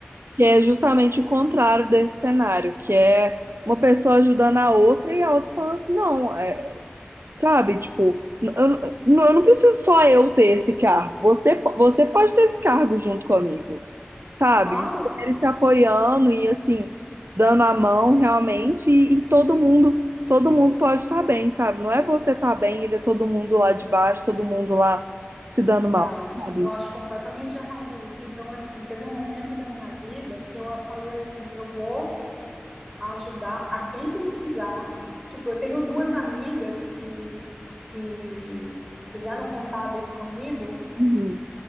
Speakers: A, on the right (about 75°); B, in the centre.
A: que é justamente o contrário desse cenário, que é uma pessoa ajudando a outra e a outra falando assim, não, é, Sabe? Tipo, n- eu, n- eu não preciso só eu ter esse cargo. Você, po- você pode ter esse cargo junto comigo, sabe?
B: Claro,
A: Mulheres se apoiando e assim, dando a mão realmente, e, e todo mundo, todo mundo pode estar bem, sabe? Não é você estar bem e ver todo mundo lá de baixo, todo mundo lá se dando
B: não,
A: mal, sabe?
B: eu acho completamente errado isso. Então, assim, teve um momento da minha vida que eu falei assim, eu vou a ajudar a quem precisar. Tipo, eu tenho duas amigas que, que fizeram contábeis comigo,
A: Uhum.